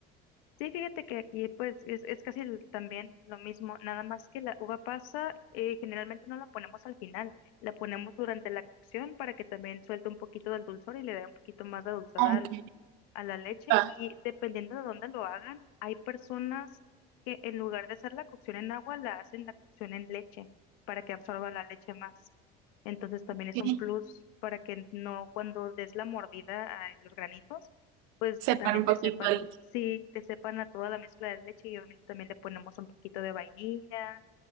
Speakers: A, on the left; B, on the right.
A: Sí, fíjate que aquí pues es, es casi el- también lo mismo, nada más que la uva pasa eh, generalmente no la ponemos al final, la ponemos durante la cocción para que también suelte un poquito del dulzor y le dé un poquito más de dulzor
B: Ok.
A: al a la leche
B: Ah,
A: y dependiendo de dónde lo hagan, hay personas que en lugar de hacer la cocción en agua, la hacen la cocción en leche para que absorba la leche más. Entonces también es
B: sí.
A: un plus para que no cuando des la mordida a los granitos, pues
B: Separa
A: te- también
B: un
A: te
B: poquito
A: sepan,
B: el.
A: sí, te sepan a toda la mezcla de leche y obviamente también le ponemos un poquito de vainilla